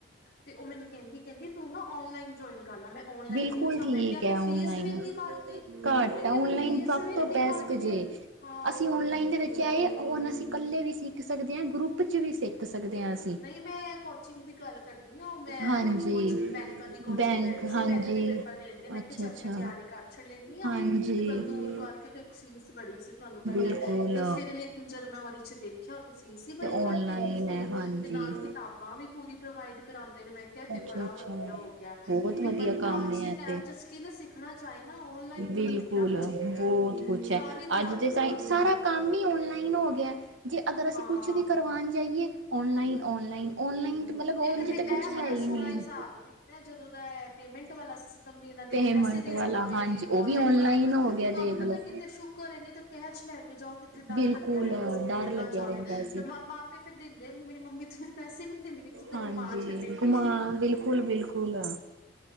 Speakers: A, on the left; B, on the right.
A: ਤੇ, ਉਹ ਮੈਨੂੰ ਕਹਿੰਦੀ -ਕਹਿੰਦੀ ਤੂੰ ਨਾ, ਔਨਲਾਈਨ ਜੁਆਇਨ ਕਰ ਲਾ, ਮੈਂ। ਔਨਲਾਈਨ
B: ਬਿਲਕੁਲ
A: ਵੇਖਿਆ
B: ਠੀਕ
A: ਮੈਂ ਕਿਹਾ
B: ਹੈ
A: ਤੇ
B: ਓਨਲਾਈਨ
A: ਫੀਸ ਵੀ ਇੰਨੀ ਘੱਟ ਏ
B: ਘੱਟ
A: ਮੈਂ ਕਿਹਾ
B: ਓਨਲਾਈਨ
A: ਤੇ ਫੀਸ
B: ਸਭ
A: ਵੀ ਇੰਨੀ
B: ਤੋਂ ਪਹਿ ਟੈਸਟ
A: ਘੱਟ
B: ਜੇ
A: ਏ ਹਾਂ
B: ਅਸੀਂ ਔਨਲਾਈਨ ਦੇ ਵਿੱਚ ਆਏ ਅਸੀਂ ਇਕੱਲੇ ਵੀ ਸਿੱਖ ਸਕਦੇ ਹਾਂ ਗਰੁੱਪ। 'ਚ ਵੀ ਸਿੱਖ ਸਕਦੇ ਹਾਂ ਅਸੀਂ
A: ਨਹੀਂ ਮੈਂ ਕੋਚਿੰਗ ਦੀ ਗੱਲ ਕਰਦੀ ਹ ਉਹ ਮੈਂ
B: ਹਾਂਜੀ
A: ਉਹਦੀ ਕੋਚਿੰਗ ਬੈਂਕਾਂ ਦੀ। ਕੋਚਿੰਗ
B: ਬੈਂਕ
A: ਲੈਣੀ ਸੀ
B: ਹਾਂਜੀ
A: ਬੈਂਕ ਦੇ ਪੇਪਰ ਦੇਣ ਦੇ ਮੈਂ
B: ਅੱਛਾ
A: ਕਿਹਾ ਚੱਲ
B: ਅੱਛਾ
A: ਮੈਂ ਤਿਆਰੀ ਕਰ ਛਡ ਲੈਂਦੀ ਹਾਂ।
B: ਹਾਂਜੀ
A: ਤੇ ਬ ਦੂਰ ਕਰਕੇ ਤੇ ਇੱਕ ਫੀਸ ਬੜੀ ਸੀ ਤੁਹਾਨੂੰ ਪਤਾ
B: ਬਿਲਕੁਲ
A: ਤੇ ਸਿਰ ਲ। ਹੁਣ ਜਦ ਮੈਂ ਉਹਦੇ ਚ ਦੇਖਿਆ ਉਹ ਤੇ ਫੀਸ ਹੀ
B: ਤੇ
A: ਬੜੀ
B: ਔਨਲਾਈਨ
A: ਘੱਟ ਹੈਗੀ ਸੀ
B: ਹੈ ਹਾਂਜੀ
A: ਤੇ ਨਾਲ ਸੀ। ਕਿਤਾਬਾਂ ਵੀ ਪੂਰੀ ਪ੍ਰੋਵਾਈਡ ਕਰਾਉਂਦੇ ਨੇ ਮੈਂ ਕਿਹਾ ਤੇ
B: ਅੱਛਾ
A: ਬੜਾ
B: ਅੱਛਾ
A: ਵਧੀਆ ਹੋ ਗਿਆ
B: ਬਹੁਤ
A: ਵੀ
B: ਵਧੀਆ
A: ਬੰਦਾ
B: ਕੰਮ
A: ਅੱਜ
B: ਹੈ
A: ਦੇ
B: ਇਹ
A: ਟਾਈਮ
B: ਤੇ
A: ਚ ਸ੍ਕਿਲ ਸੀ। ਦੇਖਣਾ ਚਾਹੇ ਨਾ ਔਨਲਾਈਨ
B: ਬਿਲਕੁਲ
A: ਵੀ ਬਥੇਰਾ ਕੁਛ ਪਿਆ
B: ਬਹੁਤ ਕੁਛ
A: ਸਾਰੀ
B: ਹੈ
A: ਤਿਆਰੀ
B: ਅੱਜ ਦੇ
A: ਕਰਾਉਂਦੇ
B: ਟਾਈਮ ਸਾਰਾ
A: ਨੇ।
B: ਕੰਮ ਹੀ ਔਨਲਾਈਨ ਹੋ ਗਿਆ ਜੇ ਅਗਰ ਅਸੀਂ
A: ਹਾਂ
B: ਕੁਛ ਵੀ ਕਰਵਾਉਣ ਜਾਈਏ। Online online online. ਮਤਲਬ ਉਝ
A: ਇੱਕ ਤੇ ਇਹ
B: ਕੁਛ
A: ਬੜਾ
B: ਹੈ ਹੀ
A: ਸੋਹਣਾ
B: ਨਹੀਂ।
A: ਹਿਸਾਬ ਕੀਤਾ ਜਦੋਂ ਦਾ ਇਹ ਪੇਮੈਂਟ ਵਾਲਾ। ਵੀ ਇਹਨਾਂ ਨੇ
B: ਪੇਮੈਂਟ
A: ਪੈਸੇ ਦੇਣ
B: ਵਾਲਾ
A: ਦਾ ਵੀ
B: ਹਾਂਜੀ
A: ਔਨਲਾਈਨ
B: ਉਹ
A: ਕਰਤਾ
B: ਹੋ
A: ਤੁਹਾਨੂੰ
B: ਗਿਆ ਦੇਖ
A: ਪਤਾ
B: ਲਓ
A: ਕਿਤੇ ਸ਼ੁਕਰ ਏ ਨੇ ਤਾਂ ਕੈਸ਼ ਲੈ। ਜਾਓ ਕਿੱਥੇ ਡਰ
B: ਬਿਲਕੁਲ
A: ਲੱਗਿਆ ਰਹਿੰਦਾ ਸੀ
B: ਡਰ
A: ਗਿਰ ਨਾ
B: ਲੱਗਿਆ
A: ਜਾਵੇ
B: ਰਹਿੰਦਾ
A: ਤੇ
B: ਸੀ
A: ਮਾਮਾ ਤੇ ਫਿਰ ਦਿੰਦੇ ਵੀ ਨੀ ਮੇਰੀ ਮੰਮੀ ਉਥੇ ਮੇਰੇ ਪੈਸੇ ਵੀ ਨੀ ਦਿੰਦੀ ਕਹਿੰ ਤੂੰ ਤੇ
B: ਹਾਂਜੀ
A: ਗੁਮਾ ਛੱਡੇਂਗੀ।
B: ਘੁਮਾ ਬਿਲਕੁਲ ਬਿਲਕੁਲ ਆ।